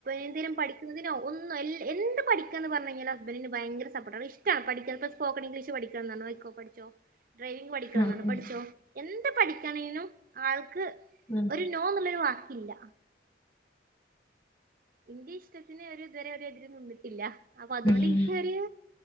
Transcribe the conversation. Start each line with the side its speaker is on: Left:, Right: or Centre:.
Right: എന്തെങ്കലും പഠിക്കുന്നതിനോ ഒന്ന് എന്ത് പഠിക്കന്ന് പറഞ്ഞ കഴിഞ്ഞാൽ ഹസ്ബൻഡിന് ഭയങ്കര സപ്പോർട്ടാണ് ഇഷ്ടം പഠിക്കുന്നത് ഇപ്പോ സ്പോക്കൺ ഇംഗ്ലീഷ് പഠിക്കണംാണോയിക്കോ പഠിച്ചോ ഡ്രൈവിങ് പഠിക്കണം
Left: ആ
Right: എന്നാണ്
Left: ആ
Right: പഠിച്ചോ എന്ത് പഠിക്കണേനും ആൾക്ക്
Left: ഉം
Right: ഒരു നോ ന്നുള്ളയോ ആക്കില്ല ഇന്റെ ഇഷ്ടത്തിന് അവ ഇതുവരെ അവരെതിര് നിന്നിട്ടില്ല അപ്പൊ അതുകൊണ്ട്
Left: ഉം.
Right: എനിക്ക അറിയ